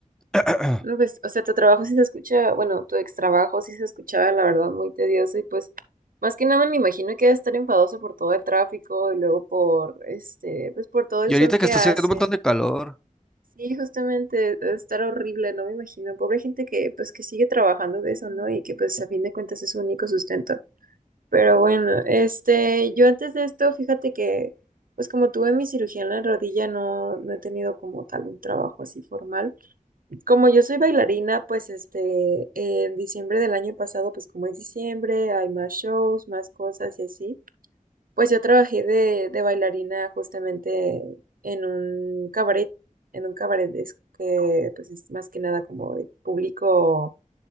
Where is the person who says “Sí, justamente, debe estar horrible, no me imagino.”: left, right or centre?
Right